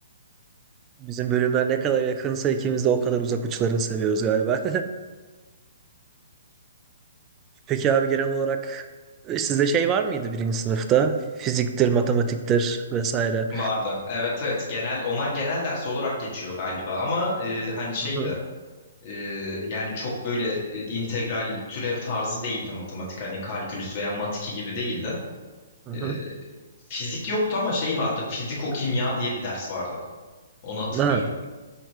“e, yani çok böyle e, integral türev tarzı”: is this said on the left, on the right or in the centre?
Left